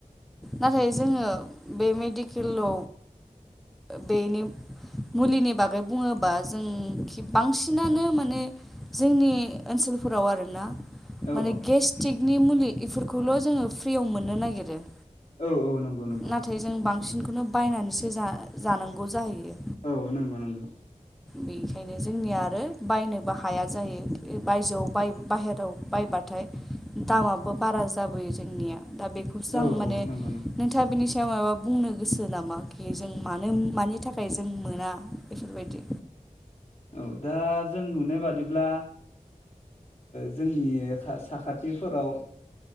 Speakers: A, in the centre; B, on the left.
A: नाथाय जोङो बे मे दि कल' बेनो मुलिनि बागै बुङोबा जों बांसिनानो माने जोंनि ओनसोल फोराव आरो ना?
B: औ
A: माने गेस्टिकनि मुलि इफोरखौल' जोङो फ्रियाव मोननो नागिरो।
B: औ -औ नंगौ -नंगौ।
A: नाथाय जों बांसिनखौनो बायनानैसो जा जानांगौ जाहैयो
B: औ नंगौ - नंगौ।
A: बेखायनो जोंनिया आरो बायनो बा हाया जायो बायजोआव बाहेराव बायबाथाय। दामाबो बारा जाबोयो जोंनिया। दा बेखौसो
B: औ
A: आं माने
B: औ नंगौ नंगौ
A: नोंथाङा बिनि सायाव मायबा बुंनो गोसो नामा? जों मानो मानि थाखाय जों मोना बेफोरबायदि?
B: औ दा जों नुनाय बादिब्ला। जोंनि साखाथिफोराव